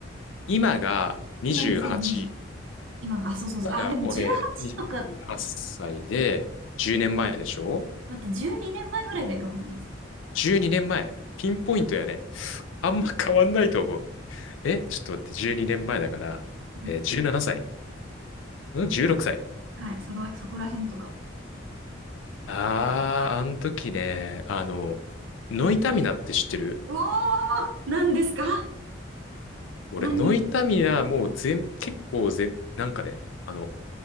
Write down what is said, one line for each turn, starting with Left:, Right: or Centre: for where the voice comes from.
Left: 今が28。
Right: 今2020、今、あ、そうそうそう、
Left: 今が俺28歳で、
Right: あ、でも18とか、
Left: 10年前でしょ
Right: 待って、12年前ぐらいがいいかもしれないです。
Left: ?12 年前。ピンポイントやね。あんま変わんないと思う。え、ちょっと待って、12年前だから、
Right: なん
Left: えー、17歳。うん、16歳。
Right: とかはい、その、そこら辺とか。
Left: あー、あの時ね、あの、ノイタミナって知ってる
Right: うおー、何ですか
Left: 俺、
Right: 何
Left: ノイタミナもう全、結構全、なんかね、あの、